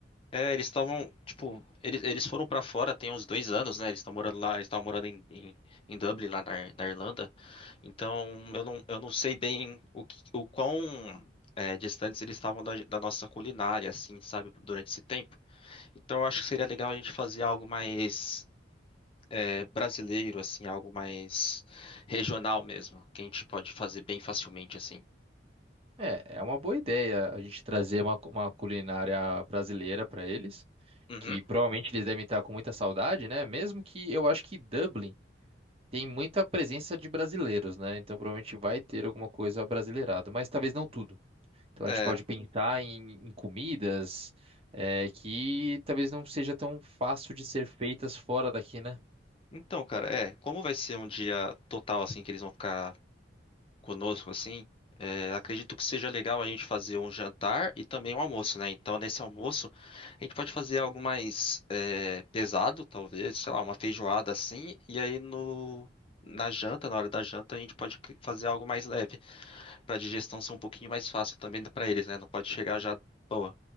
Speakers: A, on the left (about 30°); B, on the right (about 30°).
A: É, eles estavam, tipo, eles, eles foram pra fora tem uns dois anos, né? Eles estão morando lá, eles estavam morando em, em, em Dublin, lá na, Ir- na Irlanda. Então, eu não, eu não sei bem o, que- o quão é, distantes eles estavam da, da nossa culinária, assim, sabe, durante esse tempo. Então, eu acho que seria legal a gente fazer algo mais é, brasileiro, assim, algo mais regional mesmo, que a gente pode fazer bem facilmente, assim.
B: É, é uma boa ideia a gente trazer uma, cu- uma culinária brasileira pra eles,
A: Uhum.
B: que provavelmente eles devem estar com muita saudade, né? Mesmo que eu acho que Dublin tem muita presença de brasileiros, né? Então provavelmente vai ter alguma coisa brasileirada, mas talvez não tudo. Então
A: É.
B: a gente pode pensar em, em comidas é, que talvez não seja tão fácil de ser feitas fora daqui, né?
A: Então, cara, é, como vai ser um dia total assim que eles vão ficar conosco, assim, é, acredito que seja legal a gente fazer um jantar e também um almoço, né? Então, nesse almoço, a gente pode fazer algo mais é, pesado, talvez, sei lá, uma feijoada assim, e aí no. Na janta, na hora da janta, a gente pode fazer algo mais leve, para a digestão ser um pouquinho mais fácil também para eles, né? Não pode chegar já, pô,